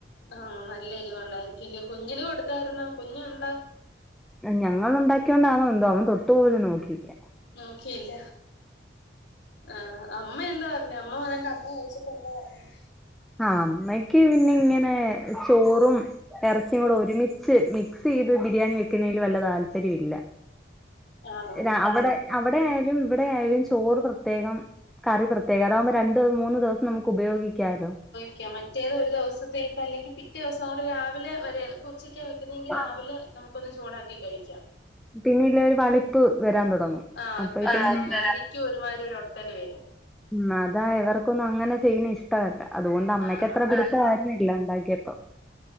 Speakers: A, on the left; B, in the centre.
A: ആഹ് നല്ല എരിവ് ഉണ്ടായിരിക്കില്ലേ കുഞ്ഞിന് കൊടുത്തായിരുന്നോ കുഞ്ഞുണ്ടോ
B: ഞങ്ങൾ ഉണ്ടാക്കിയോണ്ടാന്നോ എന്തോ അമ്മതൊട്ടു പോലും നോക്കിയില്ല
A: നോക്കിയില്ല ആ അമ്മ എന്താ പറഞ്ഞ് അമ്മ വന്നിട്ട് അമ്മ കഴിചട്ട് എന്താ പറഞ്ഞ്.
B: ആ അമ്മക്ക് പിന്നെ ഇങ്ങനെ ചോറും ഇറച്ചിയും കൂടെ ഒരുമിച്ച് മിക്സ് ചെയ്ത് ബിരിയാണി വെക്കുന്നതിൽ വല്ല താല്പര്യമ ഇില്ല
A: ആണോ
B: രാ അവിടെ അവിടെയാലും ഇവിടെ ആയാലും ചോറ് പ്രത്യേകം കറി പ്രത്യേകം അതാകുമ്പോ രണ്ടു മൂന്ന് ദിവസം നമുക്ക് ഉപയോഗിക്കാലോ
A: വെക്കാം മറ്റേത് ഒരു ദിവസത്തേക്ക് അല്ലെങ്കിൽ പിറ്റേ ദിവസം കൂടെ രാവിലെ വരെ ഉച്ച ക്ക വെക്കുന്നെങ്കിൽ
B: ആഹ്
A: രാവിലെ നമുക്ക് ഒന്ന് ചൂടാക്കി കഴിക്കാം
B: പിന്നെ ഇല്ല ഒരു വളിപ്പ് വരാൻ തുടങ്ങും
A: ആഹ്
B: അപ്പഴത്തേന്
A: വരാൻ തൊടങ്ങും അരിക്കും ഒരുമാതിരി ഒരു ഒട്ടല് വരും
B: മ് അതാ എവർക്കൊന്നും അങ്ങനെ ചെയ്യണ ഇഷ്ടമല്ല അതുകൊണ്ട് അമ്മയ്ക്ക്ത്ര
A: ആ ആ
B: പിടത്തമായിരുന്നില്ല. ഇല്ല ഉണ്ടാകിയപ്പ